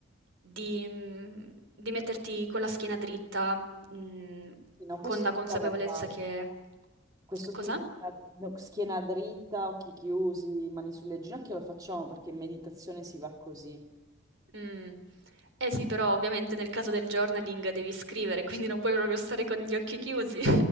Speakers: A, on the right (about 70°); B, on the right (about 20°).
A: di, mm, di metterti con la schiena dritta, mm,
B: Sì, No, questo
A: con la consapevolezza
B: l'ho fatto.
A: che...
B: Questo qui,
A: Cosa?
B: no, schiena dritta, occhi chiusi, mani sulle ginocchia, lo facciamo perché in meditazione si va così.
A: Mm. Eh sì, però ovviamente nel caso del journaling devi scrivere, quindi non puoi proprio stare con gli occhi chiusi.